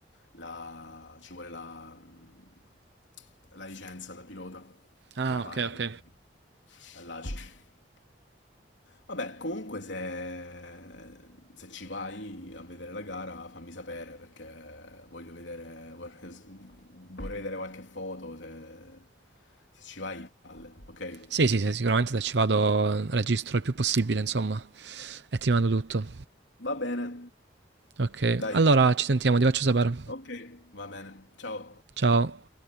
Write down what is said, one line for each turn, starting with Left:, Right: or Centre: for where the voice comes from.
Left: La- ci vuole la, mh, la licenza da pilota
Right: Ah,
Left: che fai
Right: ok, ok.
Left: all'ACI. Vabbè, comunque se, se ci vai a vedere la gara fammi sapere perché voglio vedere, vorrei, vorrei vedere qualche foto, se, se ci vai, palle, ok?
Right: Sì, sì, sì, sicuramente se ci vado registro il più possibile, insomma, e ti mando tutto.
Left: Va bene,
Right: Ok,
Left: dai.
Right: allora ci sentiamo, ti faccio sapere.
Left: Ok, va bene. Ciao.
Right: Ciao.